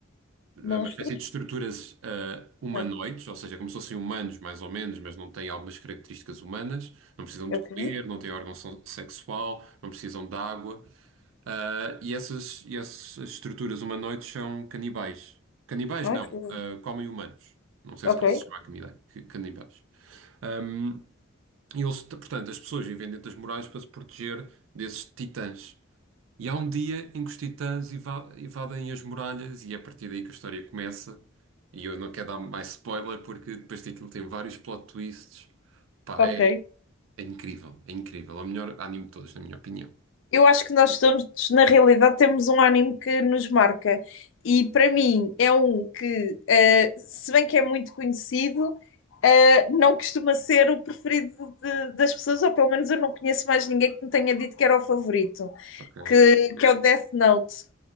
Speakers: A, on the right (about 75°); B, on the left (about 70°).
A: eh,
B: Monstros?
A: uma espécie de estruturas ah, humanoides,
B: Ah,
A: ou seja, como se fossem humanos mais ou menos, mas não têm algumas características humanas, não precisam de
B: ok.
A: comer, não têm órgão so- sexual, não precisam de água, ah, e essas, e essas estruturas humanoides são canibais. Canibais
B: Ai,
A: não,
B: que horror.
A: ah, comem humanos. Não sei
B: Ok,
A: se posso chamar canibais. canibais. Ahm, e eles, portanto, as pessoas vivem dentro das muralhas para se proteger desses titãs. E há um dia em que os titãs eva- evadem as muralhas e é a partir daí que a história começa. E eu não quero dar mais spoiler porque depois daquilo tem vários plot twists. Pá,
B: ok.
A: é, é incrível, é incrível. É o melhor anime de todos, na minha opinião.
B: Eu acho que nós estamos, na realidade, temos um anime que nos marca. E para mim é um que, eh, se bem que é muito conhecido, eh, não costuma ser o preferido de- das pessoas, ou pelo menos eu não conheço mais ninguém que me tenha dito que era o favorito,
A: Ok.
B: que, que é o Death Note.